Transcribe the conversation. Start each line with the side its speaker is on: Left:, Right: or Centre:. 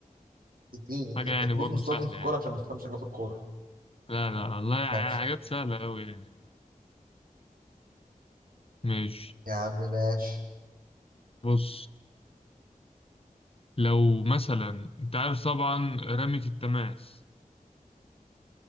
Right: اديني انت
Left: حاجة
Right: انت
Left: يعني
Right: بتبص
Left: برضو
Right: مصطادني
Left: سهلة
Right: في الكوره
Left: يعني
Right: عشان ما تفهمش حاجه في الكوره
Left: لا لا والله يعني
Right: ماشي
Left: حاجات سهلة أوي يعني ماشي
Right: يا عم ماشي
Left: بص لو مثلا أنت عارف طبعا رمية التماس